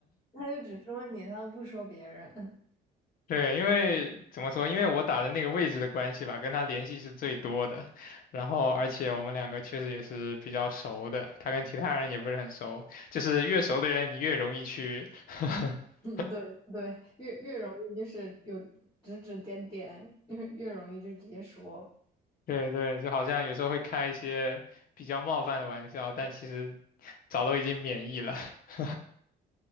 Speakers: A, on the left (about 25°); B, on the left (about 55°).
A: 他就只说你，他不说别人。
B: 对，因为怎么说，因为我打的那个位置的关系吧，跟他联系是最多的。然后，而且我们两个确实也是比较熟的，他跟其他人也不是很熟，就是越熟的人，你越容易去 <laughs>
A: 嗯，对对，越越容易就是有指指点点，越越容易就直接说。
B: 对对，就好像有时候会开一些比较冒犯的玩笑，但其实早都已经免疫了。<laughs>